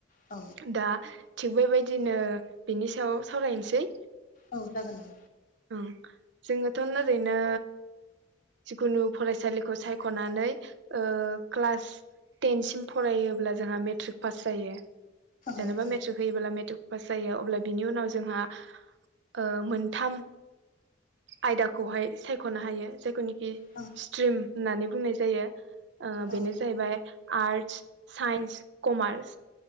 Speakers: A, on the left (about 45°); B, on the right (about 65°).
A: औ
B: दा थिग बेबायदिनो बिनि सायाव सावरायनोसै।
A: औ जागोन दे।
B: उम जोङोथ' ओरैनो। जिखुनु फरायसालिखौ सायख'नानै ओ क्लास टेनसिम फरायोब्ला जोंहा मेट्रिक पास जायो जेनेबा
A: औ औ
B: मेट्रिक होयोब्ला मेट्रिक। पास जायो अब्ला बिनि उनाव जोंहा ओ मोनथाम आयदाखौहाय सायख'नो हायो, जाय खि
A: औ
B: स्ट्रिम होननानै बुंनाय जायो, ओ बेनो
A: औ
B: जाहैबाय आर्टस, साइन्स, कमार्स